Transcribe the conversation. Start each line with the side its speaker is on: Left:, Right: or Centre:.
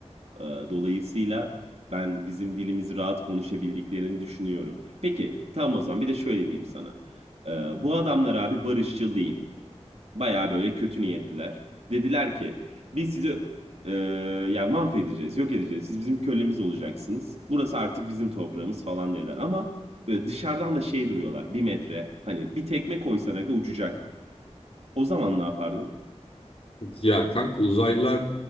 Right: Ee, Dolayısıyla ben bizim dilimizi rahat konuşabildiklerini düşünüyorum. Peki tam o zaman bir de şöyle diyeyim sana. Ee, Bu adamlar abi barışçıl değil. Baya böyle kötü niyetliler. Dediler ki biz sizi e, ya mahvedeceğiz, yok edeceğiz. Siz bizim kölemiz olacaksınız. Burası artık bizim toprağımız falan dediler. Ama böyle dışarıdan da şey duruyorlar. Bir metre. Hani bir tekme koysan aga uçacak. O zaman ne yapardın?
Left: Ya kanka uzaylılar